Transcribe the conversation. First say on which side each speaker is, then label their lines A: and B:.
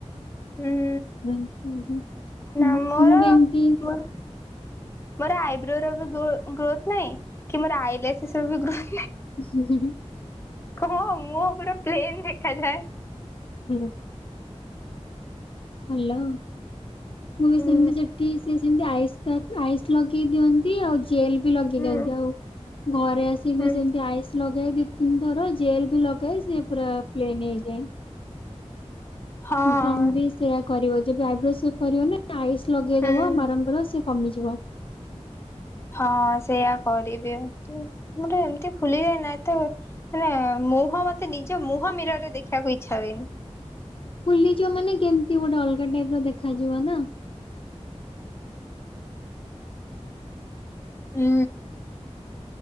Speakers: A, on the left; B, on the left.
A: ହୁଁ
B: <unintelligible>
A: ନା ମୋର
B: ମୁଁ ବି ଏମିତି
A: ମୋର ମୋର ଆଇବ୍ରୋ ର ବି ଗ୍ରୋ ଗ୍ରୋଥ ନାହିଁ। କି ମୋର ଆଇଲେସ ର ବି ଗ୍ରୋଥ
B: ହୁଁ ହୁଁ।
A: କ ମୁଁ ପୁରା ପ୍ଲେନ ଦେଖାଯାଏ।
B: ହୁଁ। ହାଲୋ। ମୁଁ ବି
A: ହୁଁ
B: ସେମିତି ସେଠି ସିଏ ସେମିତି ଆଇ ଆଇସ୍ ଲଗେଇ ଦିଅନ୍ତି ଆଉ ଜେଲ ବି ଲଗେଇ
A: ହୁଁ
B: ଦିଅନ୍ତି ଆଉ ଘରେ ଆସିକି
A: ହୁଁ
B: ସେମତି ଆଇସ ଲଗାଏ ହଁ ସୁନ୍ଦର ଜେଲ ବି ଲଗାଏ ସେ ପୁରା ପ୍ଲେନ୍ ହେଇଯାଏ।
A: ହଁ
B: ତମ ବି ସେଇୟା କରିବ ଯବେ ଆଇବ୍ରୋ ସେବ କରିବ ନା ଆଇସ ଲଗେଇଦବ
A: ହୁଁ।
B: ବାରମ୍ବାର ସେ କମିଯିବ।
A: ହଁ ସେଇୟା କରିବି ଆ ମୋର ଏମିତି ଫୁଲିିଯାଏ ନା ଏତେ ମାନେ ମୁହଁ ମତେ ନିଜ ମୁହଁ ମିରରେ ଦେଖିବାକୁ ଇଚ୍ଛା ହୁଏନି।
B: ଫୁଲିଜିବ ମାନେ କେମିତି ଗୋଟେ ଅଲଗା ଟାଇପ୍ ର ଦେଖାଯିବ ନା।
A: ହୁଁ।